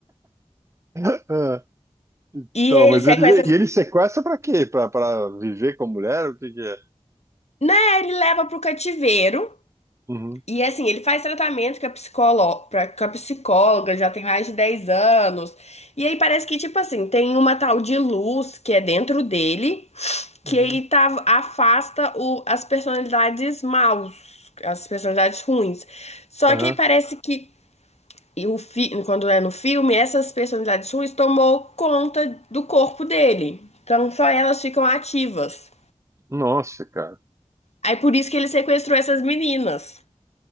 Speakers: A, on the right; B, on the left.
A: <laughs> É,
B: E
A: Então,
B: ele
A: mas
B: sequestra,
A: ele, e ele sequestra pra quê? Pra, pra viver com a mulher? O que que é?
B: né? Ele leva pro cativeiro.
A: Uhum,
B: E assim, ele faz tratamento com a psicolo- com a psicóloga, já tem mais de 10 anos. E aí parece que, tipo assim, tem uma tal de luz que é dentro dele, que
A: uhum,
B: ele tá, afasta o- as personalidades maus, as personalidades ruins. Só
A: aham.
B: que aí parece que, e o fi- quando é no filme, essas personalidades ruins tomou conta do corpo dele. Então só elas ficam ativas.
A: Nossa, cara.
B: Aí por isso que ele sequestrou essas meninas.